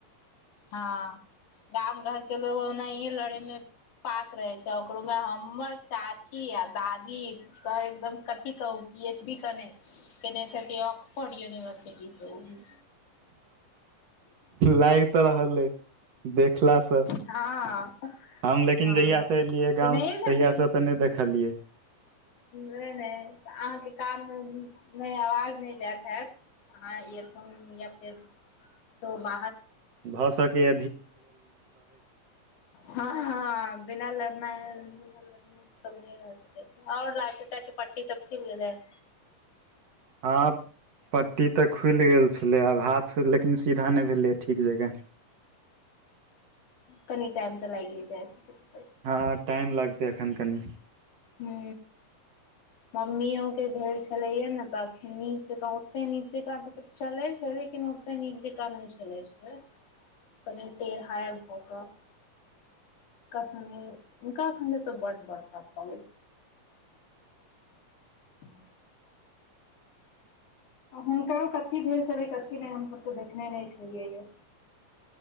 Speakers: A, on the left; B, on the right.
A: हँ गाम घर के लोग ओनाहिए लड़े मे पास रहे छै ओकरो मे हमर चाची आ दादी त एकदम कथी कहु पी एच डी कने छथिनऑकसफोर्ड यूनिवर्सिटी स
B: लागि तऽ रहल अइ देखलासँ
A: कह हँ <unintelligible>
B: हम लेकिन
A: हँ
B: जहियास एलियै गाँंव
A: केनहिये छथिन
B: तहिया से तऽ नहि देखलियै
A: नहि नहि अहाँके कानमे नहि आवाज नहि जायत हैत हँ एयरफोन या फेर त ब
B: भऽ सके
A: हँ हँ बिना लड़ना बिना लड़ने सब न रह सकै छै आओर लाल चचा के पटटी सब खुल गेले <unintelligible>
B: आब पट्टी तऽ खुलि गेल छलै आब हाथ लेकिन सीधा नहि भेलैए ठीक जकाँ
A: कनी टाइम तऽ लागिए जाइ छै
B: हँ टाइम लगतै एखन कनी
A: हू मम्मीयो के भेल छलैया ने तऽ अखन नीक जकाँ ओते नीक जका तऽ चलैय देख नोतै नीक जे कान छललै छै कनि टेढ़ हाायब भऽ कऽ नक से हनका सगे तऽ बड बड़क प हँ आ हुनकरो कतेक भेल छलै कतेक नहि हमसभ तऽ देखने नहि छलियैए